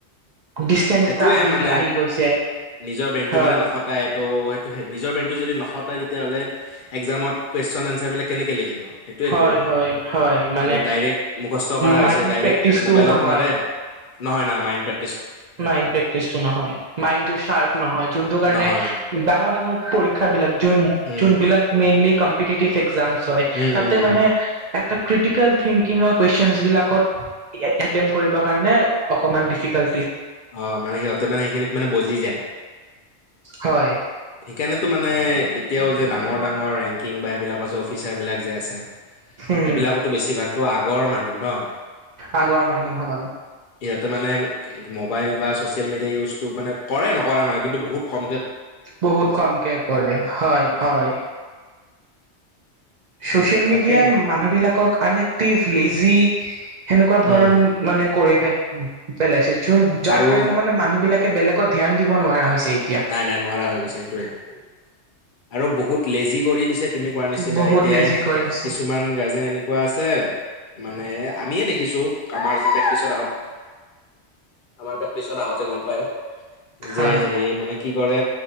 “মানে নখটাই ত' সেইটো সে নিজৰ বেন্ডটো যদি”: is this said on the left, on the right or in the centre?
Left